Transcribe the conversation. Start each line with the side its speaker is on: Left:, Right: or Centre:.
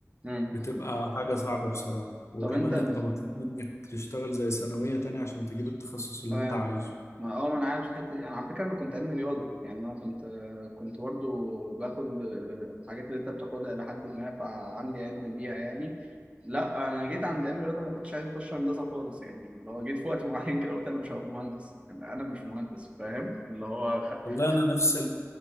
Right: امم
Left: بتبقى حاجة صعبة بصراحة وكمان
Right: طب انت
Left: انت مطلوب منك تشتغل زي ثانوية تاني عشان تجيب التخصص اللي
Right: فاهم
Left: انت عايزه
Right: ما اه ما انا عارف الحته دي انا على فكره انا كنت علمي رياضه يعني انا كنت كنت برضو باخد الحاجات اللي انت بتاخدها الى حد ما فعندي علم بيها يعني لا انا جيت عند علم الرياضه ما كنتش عايز اخش هندسه خالص يعني اللي هو جيت في وقت <laughs> معين كده قلت انا مش هبقى مهندس انا انا مش مهندس فاهم اللي هو خ...
Left: والله
Right: خ...
Left: انا نفس